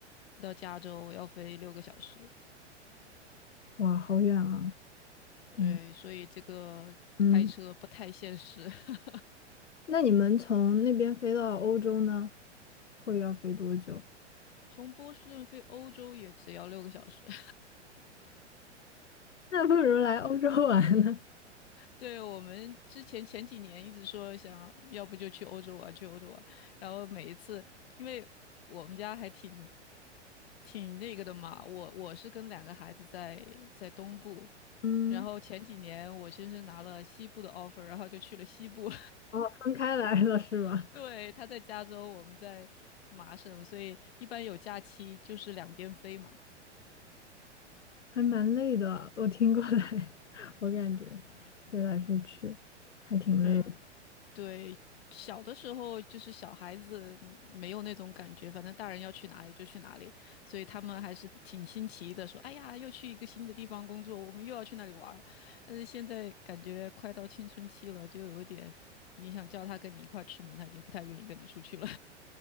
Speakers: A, on the left; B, on the left.
A: 飞到加州要飞六个小时，
B: 哇，好远啊！感觉，
A: 对，所以这个开车不太现实。
B: 嗯，
A: <laughs>
B: 那你们从那边飞到欧洲呢，会要飞多久？
A: 从波士顿飞欧洲也只要六个小时。<laughs>
B: 那不如来欧洲玩呢。
A: 对，我们之前前几年一直说想要不就去欧洲玩，去欧洲玩，然后每一次因为。我们家还挺挺那个的嘛。我我是跟两个孩子在在东部，
B: 嗯，
A: 然后前几年我先是拿了西部的 offer，然后就去了西部。
B: 哦，分开来了是吧？
A: <laughs> 对，他在加州，我们在麻省，所以一般有假期就是两边飞嘛。
B: 还蛮累的，我听过来，<laughs> 我感觉飞来飞去还挺累的
A: 嗯，对，小的时候就是小孩子嗯没有那种感觉，反正大人要去哪里就去哪里，所以他们还是挺新奇的，说：“哎呀，又去一个新的地方工作，我们又要去那里玩儿。”但是现在感觉快到青春期了，就有一点，你想叫他跟你一块儿出门，他已经不太愿意跟你出去了。